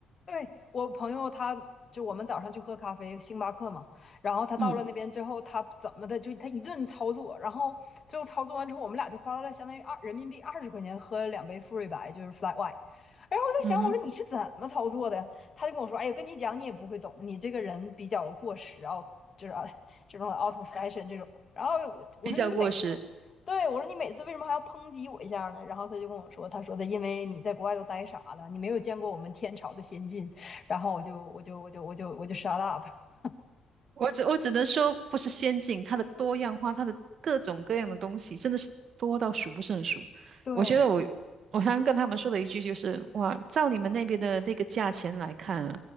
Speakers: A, on the left (about 40°); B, on the right (about 60°).
A: 对，我朋友他，就我们早上去喝咖啡，星巴克嘛，然后他到了那边之后，
B: 嗯
A: 他怎么的就他一顿操作，然后最后操作完之后，我们俩就花了相当于二人民币二十块钱喝了两杯馥芮白，就是 flat white。然后我在想，
B: 嗯哼，
A: 我说你是怎么操作的呀？他就跟我说，哎呀，跟你讲你也不会懂，你这个人比较过时啊，就是啊 <laughs> 这种 out of fashion 这种。然后我我说你每次对，
B: 比较过时。
A: 我说你每次为什么还要抨击我一下呢？然后他就跟我说，他说的因为你在国外都呆傻了，你没有见过我们天朝的先进。然后我就我就我就我就我就 shut up。<laughs>
B: 我只我只能说，不是先进，它的多样化，它的各种各样的东西，真的是多到数不胜数。
A: 对，
B: 我觉得我我常常跟他们说的一句就是，哇，照你们那边的那个价钱来看啊，